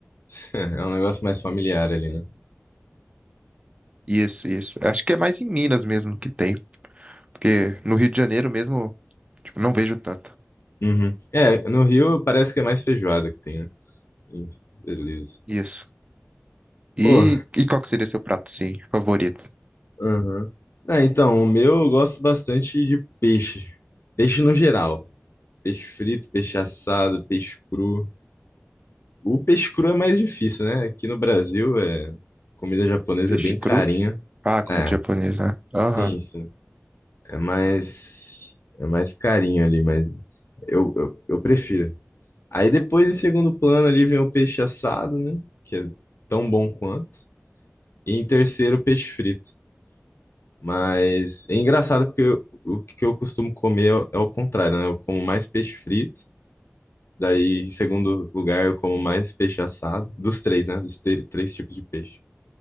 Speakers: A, on the left; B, on the right.
A: <laughs> É um negócio mais familiar ali, né?
B: Isso, isso. Eu Acho que é mais em Minas mesmo que tem. Porque no Rio de Janeiro mesmo, tipo, não vejo tanto.
A: Uhum. É, no Rio parece que é mais feijoada que tem, né? Sim, Beleza.
B: Isso. E,
A: Pô,
B: e qual que seria seu prato, sim, favorito?
A: aham. Ah, então, o meu eu gosto bastante de peixe. Peixe no geral. Peixe frito, peixe assado, peixe cru. O peixe cru é mais difícil, né? Aqui no Brasil, é... comida japonesa
B: Peixe
A: é bem
B: cru?
A: carinha.
B: Ah, comida
A: É,
B: japonesa, né? Aham,
A: sim, sim. É mais, é mais carinho ali, mas eu, eu, eu prefiro. Aí depois, em segundo plano, ali vem o peixe assado, né? Que é tão bom quanto. E em terceiro, o peixe frito. Mas é engraçado porque eu- o que eu costumo comer é, o é o contrário, né? Eu como mais peixe frito. Daí, em segundo lugar, eu como mais peixe assado. Dos três, né? Dos tre- três tipos de peixe.